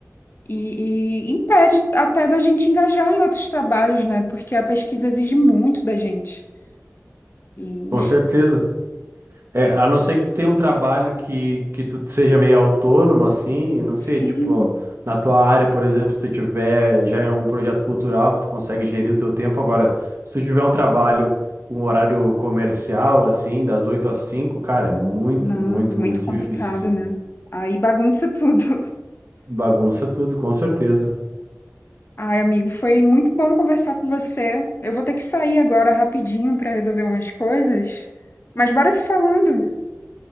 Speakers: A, on the left; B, on the right.
A: e, e impede até da gente engajar em outros trabalhos, né? Porque a pesquisa exige muito da gente. E,
B: Com
A: enfim.
B: certeza. É, a não ser que tu tenha um trabalho que, que tu seja meio autônomo, assim, não sei,
A: Sim,
B: tipo, na tua área, por exemplo, se tu tiver já em algum projeto cultural que tu consegue gerir o teu tempo. Agora, se tu tiver um trabalho com horário comercial, assim, das 8 às 5 cara, é muito,
A: não,
B: muito,
A: é muito
B: muito
A: complicado,
B: difícil, assim.
A: né? Aí bagunça tudo. <laughs>
B: Bagunça tudo, com certeza.
A: Ai, amigo, foi muito bom conversar com você. Eu vou ter que sair agora rapidinho para resolver umas coisas. Mas bora se falando.